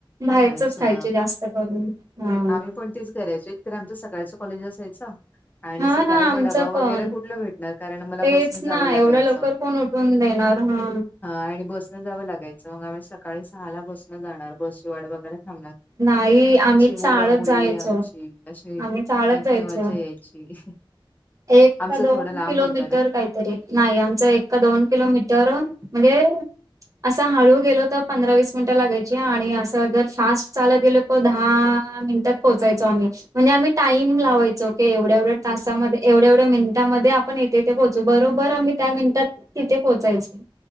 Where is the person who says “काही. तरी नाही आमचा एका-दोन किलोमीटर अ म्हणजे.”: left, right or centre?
Right